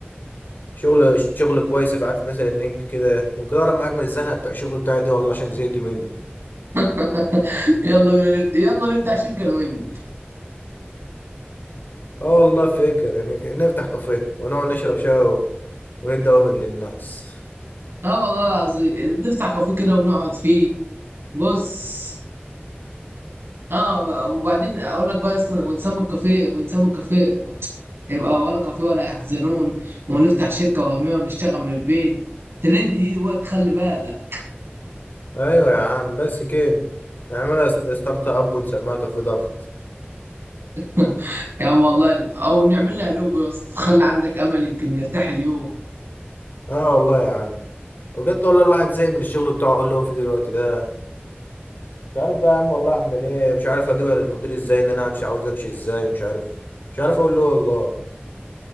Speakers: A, on the left; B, on the right.
A: شغل شغل كويس ابعت لي مثلا لينك كده يمكن اقرب معاك من الزنقه بتاع الشغل بتاعي دي والله عشان زهقت منه
B: <laughs> يلا بينا نفت... يلا نفتح شركه انا وانت
A: اه والله فاكر يعني نفتح كافيه ونقعد نشرب شاي وايه الدوامر للناس
B: اه والله العظيم نفتح كافيه كده ونقعد فيه بص اه وبعدين اقول لك بقى اصلا ونسمي الكافيه ونسمي الكافيه يبقى ولا كافيه ولا يحزنون ونفتح شركه وهميه ونشتغل من البيت ترند دي دلوقتي خلي بالك
A: ايوه يا عم بس كده نعملها ست- ستارت اب ونسميها كافي ضغط
B: <laughs> يا عم والله او نعمل لها لوجو يا اسطى خلي عندك امل يمكن نرتاح اليوم
A: اه والله يا عم بجد والله الواحد زهق من الشغل بتاعه اللي هو فيه دلوقتي ده مش عارف بقى يا عم والله اعمل ايه مش عارف اجيبها للمدير ازاي ان انا امشي عاوز امشي ازاي ومش عارف مش عارف اقول له والله